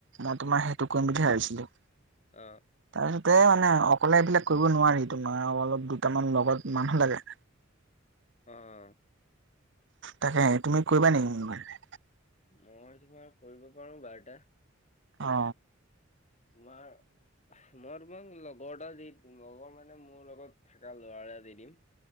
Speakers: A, on the right; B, on the left.
A: মই তোমাৰ সেইটো কৰিম বুলি ভাবিছিলোঁ।
B: অ
A: তাৰপিছতে মানে অকলে এইবিলাক কৰিব নোৱাৰি তোমাৰ অলপ দুটামান লগত মানুহ লাগে।
B: অ
A: তাকে তুমি কৰিবা নেকি মোৰ লগত
B: মই তোমাৰ কৰিব পাৰো বাৰটা
A: অ
B: তোমাৰ মই তোমাক লগৰ এটা দি লগৰ মানে মোৰ লগত থকা ল'ৰা এটা দি দিম